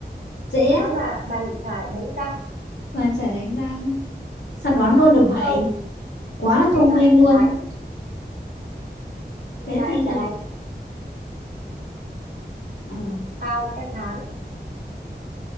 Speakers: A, on the left; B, on the right.
A: dễ á,
B: Nó là bàn chải đánh giặc,
A: mà trả đánh răng, Sao đoán luôn được
B: đúng
A: vậy?
B: không?
A: Quá là
B: Ngày
A: thông
B: nào
A: minh
B: em
A: luôn.
B: chả đánh, ngày
A: Thế
B: nào
A: thì
B: em chả đánh.
A: ờ,
B: Không, em thắng.